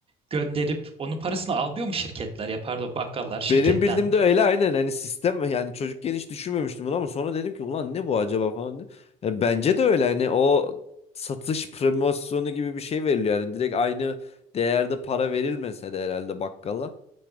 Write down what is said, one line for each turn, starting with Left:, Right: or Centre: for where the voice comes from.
Right: gönderip onun parasını almıyor mu şirketler ya pardon bakkallar şirketten?
Left: Benim bildiğimde öyle aynen hani sistem yani çocukken hiç düşünmemiştim bunu ama sonra dedim ki ulan ne bu acaba falan diye. Yani bence de öyle hani o satış promosyonu gibi bir şey veriliyor yani direkt aynı değerde para verilmese de herhalde bakkala